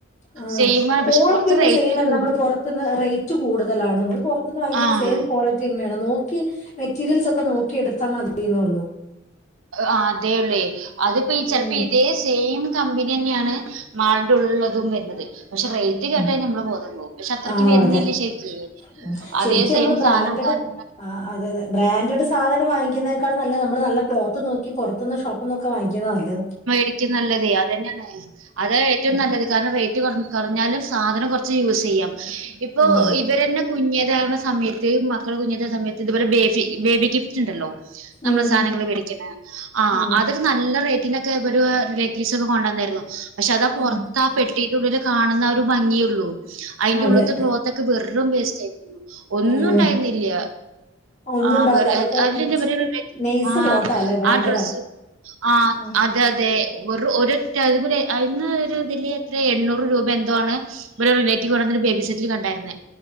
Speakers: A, on the left (about 35°); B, on the right (about 85°).
A: ആ
B: സെയിമാണ്
A: ക്വാളിറ്റി
B: പക്ഷെ കൊറച്ച്
A: ഒക്കെ
B: റേറ്റ്
A: സെയിം അല്ല
B: കൂടും.
A: നമ്മൾ പുറത്തന്ന് റേറ്റ് കൂടുതലാണ് നമ്മൾ അ വാങ്ങിക്കന്നാ
B: ആഹ്
A: സെയി ക്വാളറ്റി ന്നെയ നോക്കി മെറ്റീരിയൽസ് ഒക്കെ നോക്കി എടുത്താൽ മതിയേള്ളൂ
B: ആ അതെയല്ലേ അതിപ്പോ ഈ ചെലപ്പോ
A: ഉം
B: ഇതേ സെയിം കമ്പനിയന്നെയാണ് മാളിന്റെ ഉള്ളള്ളതും വരുന്നത് പക്ഷെ റ കേട്ട
A: ഉം.
B: നമ്മളെ ബോധം പോകു പോ പക്ഷെ അത്രയ്ക്ക്
A: ആ
B: വരുന്നില്ല
A: അതെ
B: ശരിക്ക
A: ഉം.
B: അതേ
A: ശരിക്കും
B: സെയിം
A: നമ്മള് ബ്രാൻഡഡ്
B: സാധനം കാര്യങ്ങളൊെ
A: ആ അതെതെ ബ്രാൻഡട് സാധനം വാങ്ങുന്നതിനക്കാ നല്ല നള് നല്ല ക്ലോത്ത് നോക്കി പുറത്തുന്നു ഷോപ്പ് ഒന്നൊക്കെ വാങ്ങിക്കതല്ല
B: രിക്കും നല്ലത് അത് തന്നെയന്നെ അത് ഏറ്റവും
A: ഉം
B: നല്ലത് കാരണം റേറ്റ് കൊറഞ്ഞാലും സാധനം കുറച്ച് യൂസ് ചെയ്യാം ഇപ്പൊ
A: ഉം അതെ
B: ഇവരന്നെ കുഞ്ഞ തരണ സമയത്ത് മക്കൾ കുഞ്ഞേത്ത സമയത്ത് ഇതുപോലെ ബേബി ബേബി ഗിഫ്റ്റ്ണ്ടല്ലോ നമ്മളെ
A: ഉം
B: സാധനങ്ങള്ൾ വേടികണെ ആ
A: ഉം
B: അതൊക്കെ നല്ല റേറ്റി ആആ ഇവ് റിലേറ്റീവ്സ് ഒക്ക കൊണ്ടുവന്നായിരുന്നു പക്ഷെ അതാ പുറത്തെ
A: ഉം
B: ആ പെട്ടി കുട്ടീട്ട ഉള്ളിൽ കാണുന്ന ആ ഒരു ഭംഗിയുള്ളൂ അതിന്റെറെ
A: അതെ
B: ഉള്ളിലത്തെ ക്ലോത്ത ഒക്കെ വെറും വേസ്റ്റ് ആായിുന്നു ഒന്നുംണ്ടായിരുന്നില്ല
A: ഉം ഒന്നും
B: ആേ
A: ഉണ്ടാവില്ല അതൊക്കെ
B: അതി
A: നൈസ്
B: ആ
A: ക്ലോത്താ അല്ലേ ഭയങ്കര
B: ആ ഡ്രസ്സ് ആഹ്
A: ഉം
B: അത അത അതെ ഒരു അതുപോലെ അ ഇതില് എത്ര എണ്ണൂറ് രൂപ എന്തോണ് ഇ റിലേറ്റീവ്വി ഒരു ബേബി സെറ്റിൽ കണ്ടായിരുന്നേ